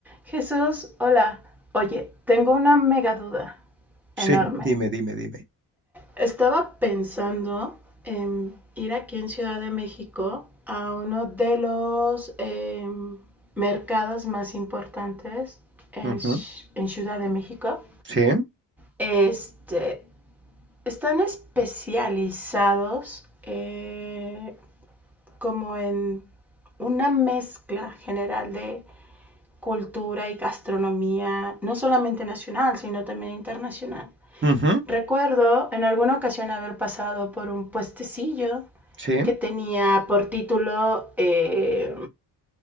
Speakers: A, in the centre; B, on the right.
A: Jesús, hola. Oye, tengo una mega duda enorme.
B: Sí, dime, dime, dime.
A: Estaba pensando en ir aquí en Ciudad de México a uno de los em, mercados más importantes en,
B: Ujú,
A: en Ciudad de México.
B: Sí,
A: Este, están especializados eh, como en una mezcla general de cultura y gastronomía, no solamente nacional, sino también internacional.
B: ujú,
A: Recuerdo en alguna ocasión haber pasado por un puestecillo
B: sí,
A: que tenía por título eh,